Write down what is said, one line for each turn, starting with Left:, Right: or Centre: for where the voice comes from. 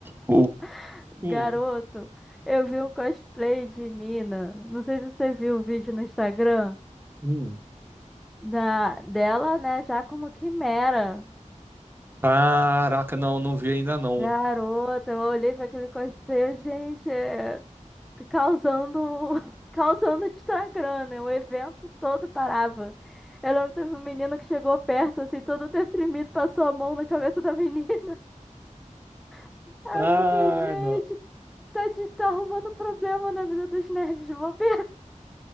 Right: O...
Centre: <laughs>
Right: Hum,
Centre: Garoto, eu vi um cosplay de Nina. Não sei se você viu o vídeo no Instagram.
Right: hum.
Centre: da, dela, né, já como quimera.
Right: Caraca, não, não vi ainda não.
Centre: Garota, eu olhei pra aquele cosplay, eu, gente, é, tá causando, <laughs> causando Instagram, né? O evento todo parava. Eu lembro que teve um menino que chegou perto, assim, todo deprimido, passou a mão na cabeça da menina. <laughs> Aí
Right: Ah,
Centre: eu fiquei, gente,
Right: não.
Centre: tá, de, tá arrumando problema na vida dos nerds de bobeira.